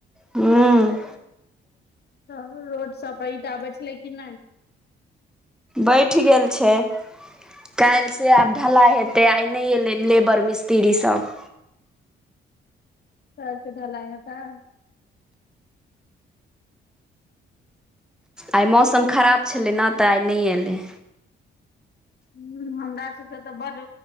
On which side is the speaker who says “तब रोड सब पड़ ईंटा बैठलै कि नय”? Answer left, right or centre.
Left